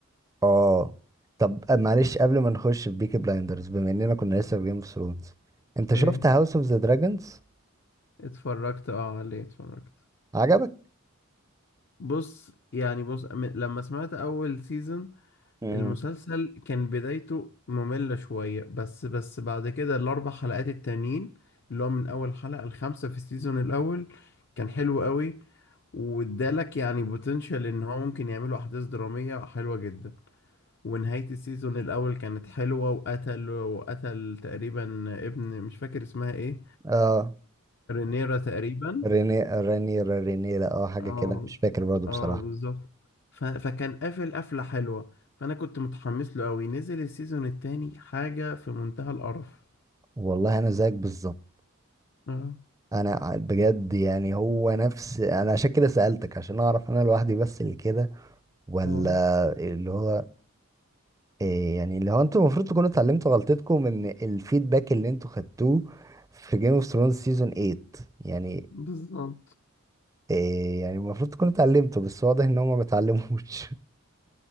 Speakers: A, on the right; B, on the left.
A: اه طب معلش قبل ما نخش في بيكي بلايندرز بما اننا كنا لسه في جيم اوف ثرونز انت شفت
B: ايه
A: هاوس اوف ذا دراجونز
B: اتفرجت اه عليه اتفرجت
A: عجبك
B: بص يعني بص م- لما سمعت اول سيزون
A: امم
B: المسلسل كان بدايته مملة شوية بس بس بعد كده الأربع حلقات التانيين اللي هو من أول حلقة الخامسة في السيزون الأول كان حلو قوي وادالك يعني بوتنشال إن هو ممكن يعملوا أحداث درامية حلوة جدا ونهاية السيزون الأول كانت حلوة وقتل وقتل تقريبا ابن مش فاكر اسمها ايه
A: اه
B: رينيرا تقريبا
A: ريني رانيرا رينيرا اه حاجة
B: اه
A: كده مش فاكر برضه
B: اه
A: بصراحة
B: بالظبط ف... فكان قافل قفلة حلوة فأنا كنت متحمس له أوي نزل السيزون التاني حاجة في منتهى القرف
A: والله أنا زيك بالظبط
B: اه
A: أنا ع- بجد يعني هو نفس أنا عشان كده سألتك عشان أعرف أنا لوحدي بس اللي كده ولا
B: اه
A: اللي هو إيه يعني اللي هو أنتوا المفروض تكونوا اتعلمتوا غلطتكم من الفيدباك اللي أنتوا خدتوه في جيم اوف ثرونز سيزون 8 يعني
B: بالظبط
A: إيه يعني المفروض تكونوا اتعلمتوا بس واضح إن هما ما اتعلموش